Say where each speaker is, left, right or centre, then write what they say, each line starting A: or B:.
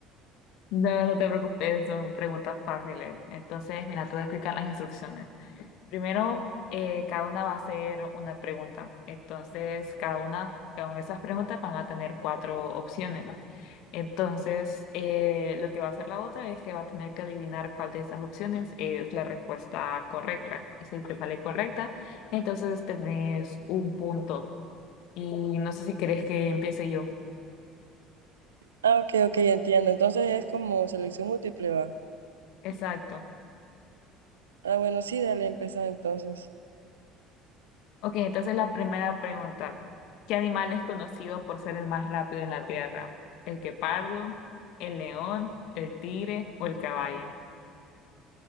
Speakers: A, on the left (about 55°); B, on the right (about 75°).
A: No, no te preocupes, son preguntas fáciles. Entonces, mira, te voy a explicar las instrucciones. Primero, eh, cada una va a hacer una pregunta. Entonces, cada una con esas preguntas van a tener cuatro opciones. Entonces, eh, lo que va a hacer la otra es que va a tener que adivinar cuál de esas opciones es la respuesta correcta. Y si te sale correcta, entonces tenés un punto. Y no sé si querés que empiece yo.
B: Ah, ok, ok, entiendo. Entonces es como selección múltiple, va.
A: Exacto.
B: Ah, bueno, sí, dale, empezar entonces.
A: Ok, entonces la primera pregunta. ¿Qué animal es conocido por ser el más rápido en la Tierra? ¿El guepardo, el león, el tigre o el caballo?